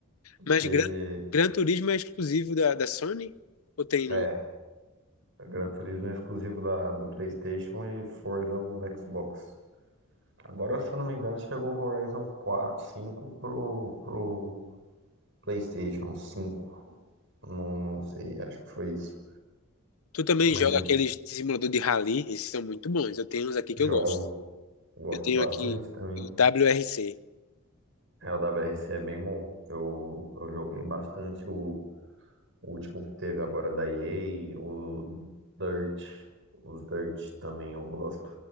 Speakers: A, on the right; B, on the left.
A: Porque,
B: Mas Gran, Gran Turismo é exclusivo da, da Sony? Ou tem
A: é,
B: no...
A: Gran Turismo é exclusivo da, do PlayStation e Forza o do Xbox. Agora, se eu não me engano, chegou o Horizon 4, 5 pro, pro PlayStation cinco, Não, não sei, acho que foi isso.
B: Tu também
A: Mas
B: joga
A: é,
B: aqueles de simulador de rally? Esses são muito bons. Eu tenho uns aqui que
A: jogo,
B: eu gosto.
A: gosto
B: Eu tenho
A: bastante
B: aqui
A: também.
B: o WRC.
A: É, o WRC é bem bom. Eu, eu joguei bastante o, o último que teve agora da EA, o Dirt. Os Dirt também eu gosto.